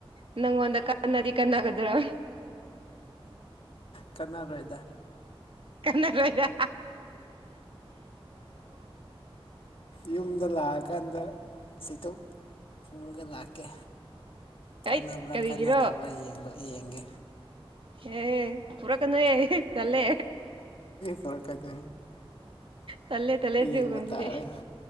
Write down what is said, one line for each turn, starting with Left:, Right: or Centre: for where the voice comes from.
Right: ꯅꯪꯉꯣꯟꯗ ꯀꯟꯅꯗꯤ ꯀꯟꯅꯒꯗ꯭ꯔꯣ
Left: ꯀꯟꯅꯔꯣꯏ
Right: ꯀꯟꯅꯥꯔꯣꯏꯗ
Left: ꯌꯨꯝꯗ ꯂꯥꯛꯑꯀꯥꯟꯗ ꯆꯩꯇꯨꯞ ꯄꯨꯔꯒ ꯂꯥꯛꯀꯦ
Right: ꯑꯩ
Left: ꯀꯥꯟꯅꯕ꯭ꯔꯥ
Right: ꯀꯔꯤꯒꯤꯔꯣ
Left: ꯀꯥꯟꯅꯗꯕ꯭ꯔꯥ ꯌꯦꯡꯕ ꯌꯦꯡꯒꯦ
Right: ꯑꯦ ꯄꯨꯔꯀꯅꯨꯍꯦ ꯇꯜꯂꯦ
Left: ꯄꯨꯔꯛꯀꯅꯤ
Right: ꯇꯜꯂꯦ ꯇꯜꯂꯦ
Left: ꯌꯦꯡꯕ
Right: ꯑꯗꯨꯒꯨꯝꯕꯗꯤ
Left: ꯇꯥꯔꯦ